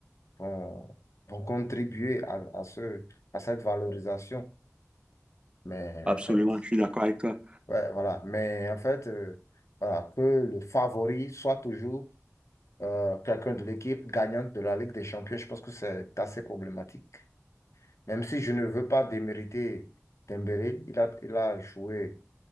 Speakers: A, on the left; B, on the right.
A: vont, vont contribuer à, à ce, à cette valorisation. Mais
B: Absolument,
A: en fait,
B: je suis d'accord avec toi.
A: ouais, voilà. Mais en fait, euh, voilà, que le favori soit toujours euh, quelqu'un de l'équipe gagnante de la Ligue des Champions, je pense que c'est assez problématique. Même si je ne veux pas démériter Dembélé, il a, il a joué